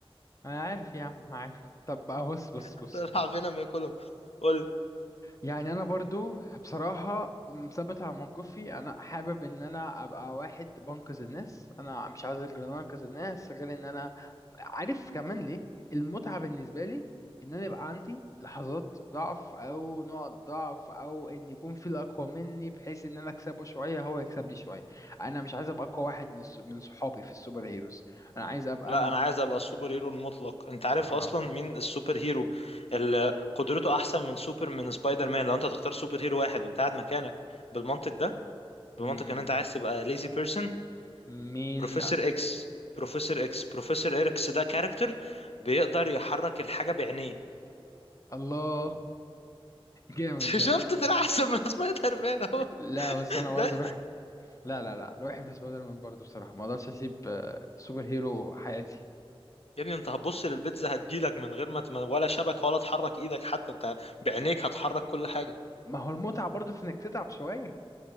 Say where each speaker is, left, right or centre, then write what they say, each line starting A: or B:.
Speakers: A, on the left; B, on the left.
A: انا عارف يا عم عارف طب بقى بص بص
B: <laughs>
A: بص
B: هطلع فينوم ياكلهم قول
A: يعني انا برضو بصراحة مثبت على موقفي انا حابب ان انا ابقى واحد بنقذ الناس انا مش عايز غير ان انا انقذ الناس غير ان انا عارف كمان ليه المتعة بالنسبة لي ان انا يبقى عندي لحظات ضعف او نقط ضعف او ان يكون في الاقوى مني بحيث ان انا اكسبه شوية هو يكسبني شوية انا مش عايز ابقى اقوى واحد من الس- من صحابي في السوبر هيروز انا عايز ابقى
B: لا
A: انا
B: انا عايز ابقى السوبر
A: مم.
B: هيرو المطلق انت عارف
A: اه
B: اصلا مين السوبر هيرو اللي قدرته احسن من سوبر من سبايدر مان لو انت تختار سوبر هيرو واحد وانت قاعد مكانك بالمنطق ده بمنطق
A: مم.
B: ان انت عايز تبقى ليزي بيرسون
A: مين
B: بروفيسور اكس بروفيسور اكس بروفيسور اكس ده كاركتر بيقدر يحرك الحاجة بعينيه
A: الله جامد
B: <laughs>
A: ده
B: شفت طلع احسن من سبايدر مان اهو
A: لا بس انا
B: ده
A: برضه روحي لا لا لا روحي في سبايدر مان برضه بصراحه ما اقدرش اسيب آه، سوبر هيرو حياتي
B: يا ابني انت هتبص للبيتزا هتجيلك من غير ما تم... ولا شبكة ولا تحرك ايدك حتى انت بعينيك هتحرك كل حاجة
A: ما هو المتعه برضه في انك تتعب شويه